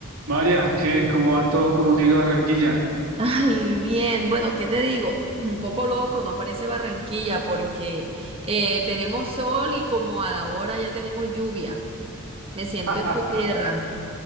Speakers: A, on the right; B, on the right.
A: María, ¿qué? ¿Cómo va todo? ¿Cómo sigue Barranquilla?
B: Ay, bien, bueno, ¿qué te digo? Un poco loco, no parece Barranquilla porque eh, tenemos sol y como a la hora ya tenemos lluvia. Me siento
A: <laughs>
B: en tu tierra.